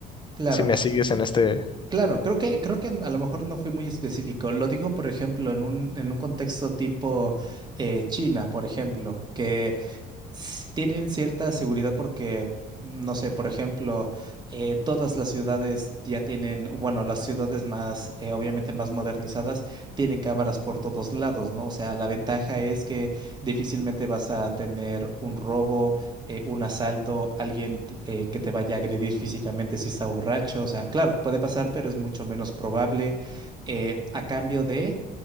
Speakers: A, on the right; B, on the left.
A: Claro,
B: si me sigues en este...
A: claro, creo que, creo que a lo mejor no fui muy específico. Lo digo, por ejemplo, en un, en un contexto tipo eh, China, por ejemplo, que s- tienen cierta seguridad porque, no sé, por ejemplo, eh, todas las ciudades ya tienen, bueno, las ciudades más, eh, obviamente más modernizadas, tienen cámaras por todos lados, ¿no? O sea, la ventaja es que difícilmente vas a tener un robo, eh, un asalto, alguien t- eh, que te vaya a agredir físicamente si está borracho. O sea, claro, puede pasar, pero es mucho menos probable. eh, a cambio de